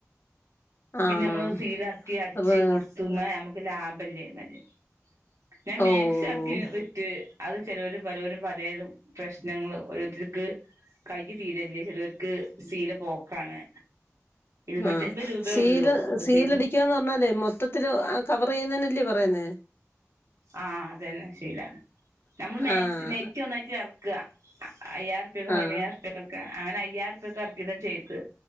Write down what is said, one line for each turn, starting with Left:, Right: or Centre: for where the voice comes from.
Right: പിന്നെ
Left: ആണോ
Right: നമ്മള് അത് സീലാക്കി അടിച്ച്
Left: റ്
Right: കൊടുത്ത്മ്മെ നമ്മക്ക് ലാഭല്ലെയ്മല് ഞാൻ മേക്സി
Left: ഓഹ്
Right: എറക്കി വിറ്റ് അത് ചെലോല് പറിം ഓല് പലേതും പ്രശ്നങ്ങൾ ഓരോരുത്തർക്ക് കൈയ്യ് തീരെല്ലാ ചെലോൽക്ക് ശീല പോക്കാണ് ഇരുന്നൂറ്റി
Left: ആഹ്
Right: അൻപത് രൂപയേ
Left: സീല്
Right: ഉള്ളൂ അപ്പൊ
Left: സീലടിക്കാന്ന്
Right: സീരിന്
Left: പറഞ്ഞാല് മൊത് മൊത്തത്തില് കവർ ചെയ്യുന്നേനല്ലേ പറയുന്നേ
Right: ആഹ് അത് തന്നെ ശീലാ ഞമ്മള് മാക്സി
Left: ആഹ്
Right: നെറ്റി നന്നായിറ്റെറ ർക്ക അയ്യായിരം റുപ്യക്കും
Left: ആഹ്
Right: പതിനയ്യായിരം ഉർപ്യക്കൊക്കെ അങ്ങനെ അയ്യായിരം ഉർപ്യക്കെറക്കിയിട്ട ചെയ്തെ